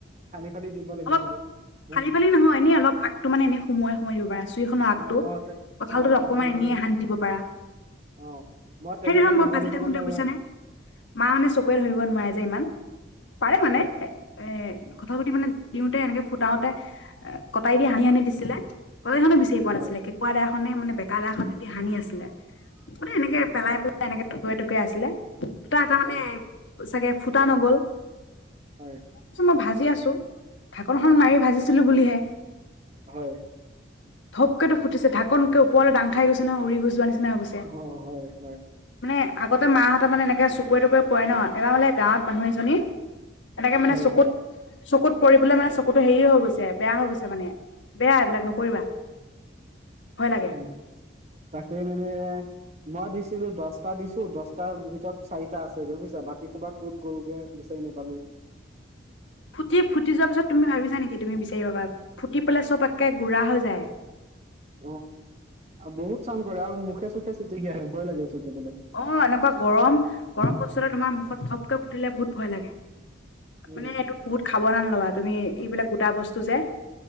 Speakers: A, on the right (about 35°); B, on the left (about 80°).
A: ফালি ফালি দিব লাগিছিলে
B: অলপ
A: মোৰ-
B: ফালি, ফালি নহয়। এনেই অলপ আগটো মানে এনেই সোমোৱাই সোমোৱাই দিব প, পৰা আছে। চুখনৰ আগটো
A: অ অ তে-
B: কঁঠালটোত
A: অ
B: অকমান
A: অ তেনেকে
B: এনেই হানি দিব পাৰা।
A: অ মই তেনেকে
B: হে, নহয় মই
A: নাজানি
B: বাজি থাকো
A: পেলাই
B: দে
A: মই
B: বুইছা নে মা, মানে চকুৰে ধৰিব নোৱাৰে যে ইমান। পাৰে
A: হয়
B: মানে এ, কথা পতি মানে দিওঁতে এনেকে ফুটাওতে কটাই দি, হানহি সানি দিছিলে, কটাইে বিচাৰি পোৱা
A: হয়
B: নাছিলে কেকা দে নে মানে বেকা দাখনেদি স, হানি আছিলে মানে, এনেকে
A: হয়
B: পেলাই,
A: হয়
B: পেলাই এনেকেকুৱে। আছিলে দুটা, এটা মানে
A: হয়
B: চাগে ফুটা নগল।
A: হয়
B: ত, মই ভাজি আছো ঢাকনখন মাৰি ভাজিছিলো বুলিহে।
A: হয়।
B: ধপকেতটো ফুটিছে, ঢাকনক ওৰলৈ ডা খাই গৈছে ন, উৰি গৈছে। যোৱা নিচিনা হৈ গৈছে
A: অ' হয় হয়
B: মানে। আগতে মাহঁত মানে এনেকৈ চকুৱৰে তটকুৰে পৰে ন, এবাৰানে গাঁৱত মানুহ এজনী এনেকে মানে
A: হয়
B: চকুত, চকুত। কৰিবলৈ মানে চকুতো হেৰি হৈ গৈছে, বেয়া হৈ গৈছে, মানে বেয়া এইবিলাক নকৰিবা। ভয় লাগে
A: উ, তাক মে মই দিছিলো দশটা দিছো, দছটাৰ ভিতৰত চাৰিটা আছে, গু, পুছা বাকী সবা ক'ত গ'লগোৰ ন, পালো।
B: ফুটি, ফুটি যোৱাৰ পিছত তুমি ভাবিছা নেকি তুমি বিচাৰি পাবা ফুটি পেলাই চব একে হৈ যায়।
A: অ, বহুত চাম কৰে আৰু মুখে, চখে চিটিকি আহে ভয় লাগে। ওচৰত যাবলৈ
B: অ, এনেকুৱা গৰম, গৰম বস্তুৰে তোমাৰ মুখত থপকৈ ফুটিলে বহুত ভয় লাগে।
A: উম
B: মানে এইটো বহুত খাবধান ল'বা তুমি এইবিলাক গোটা বস্তু যে